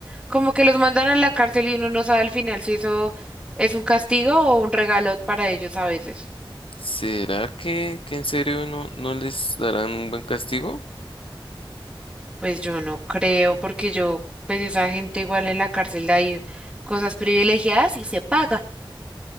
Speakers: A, in the centre; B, on the left.
A: como que los mandan a la cárcel y uno no sabe al final si eso es un castigo o un regalo para ellos a veces.
B: ¿Será que, que en serio no, no les darán un buen castigo?
A: Pues yo no creo, porque yo, pues esa gente igual en la cárcel de ahí, cosas privilegiadas y se paga.